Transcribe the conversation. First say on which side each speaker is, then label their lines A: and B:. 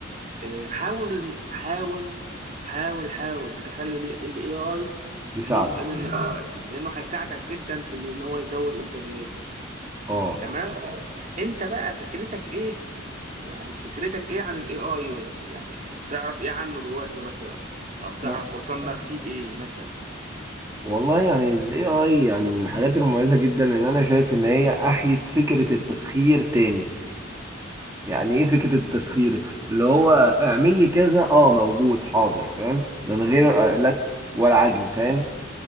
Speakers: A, on the right; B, on the right.
A: آه، حاول حاول حاول حاول تخلي ال AI
B: يساعده
A: جزء منك دلوقتي لأنه هيساعدك جدا في إن هو يزود إنتاجيتك
B: اه
A: تمام اه أنت بقى فكرتك إيه يعني فكرتك إيه عن ال AI يعني تعرف إيه عنه دلوقتي مثلا أو تعرف
B: لا.
A: وصلنا فيه انا لإيه مثلا
B: والله يعني ال AI يعني من الحاجات المميزة جدا اللي أنا شايف إن هي أحيت فكرة التسخير تاني يعني إيه فكرة التسخير؟ اللي هو اعمل لي كذا أه موجود حاضر فاهم؟ من غير آه، لت ولا عجن فاهم؟